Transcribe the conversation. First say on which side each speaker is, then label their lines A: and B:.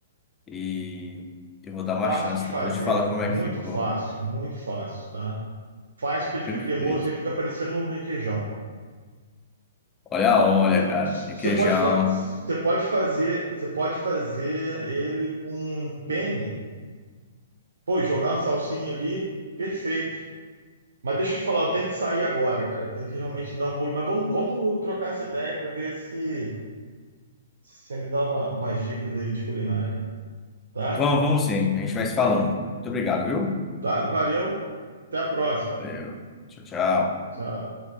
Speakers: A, on the left; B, on the right.
A: e eu vou dar uma
B: fácil
A: chance.
B: de fazer,
A: Depois eu te falo como
B: muito
A: é que ficou.
B: fácil, muito fácil, tá? Faz porque ele fica
A: Perfeito.
B: cremoso, ele fica parecendo um requeijão.
A: Olha, olha,
B: Você
A: cara, requeijão.
B: você pode, fa- você pode fazer, você pode fazer ele com um penne. Pô, jogar uma salsinha ali, perfeito. Mas deixa eu te falar, eu tenho que sair agora, cara. Eu tenho que realmente dar um pulo. Mas vamos, vamos trocar essa ideia para ver se você me dá uma, umas dicas aí de culinária, tá?
A: Vamos, vamos sim. A gente vai se falando. Muito obrigado, viu?
B: Tá? Valeu, até a próxima.
A: Valeu. Tchau, tchau.
B: Tchau.